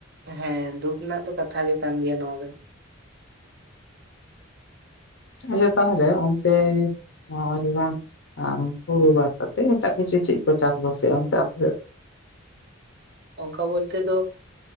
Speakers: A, on the right (about 55°); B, on the left (about 60°).
A: ᱦᱮᱸ ᱫᱩᱠᱷ ᱨᱮᱱᱟᱜ ᱫᱚ ᱠᱟᱛᱷᱟ ᱜᱮ ᱠᱟᱱ ᱜᱮᱭᱟ ᱱᱚᱣᱟ ᱫᱚ᱾
B: ᱟᱪᱪᱷᱟ ᱛᱟᱦᱚᱞᱮ ᱚᱱᱛᱮ ᱱᱚᱣᱟ ᱡᱮᱢᱚᱱᱼᱼ ᱟᱨ ᱦᱩᱲᱩ ᱵᱟᱫ ᱠᱟᱛᱮᱫ ᱮᱴᱟᱜ ᱠᱤᱪᱷᱩ ᱪᱮᱫ ᱠᱚ ᱪᱟᱥᱵᱟᱥ ᱮᱫᱼᱟ ᱚᱱᱛᱮ ᱟᱯᱮ ᱥᱮᱫ?
A: ᱚᱱᱠᱟ ᱵᱚᱞᱛᱮ ᱫᱚ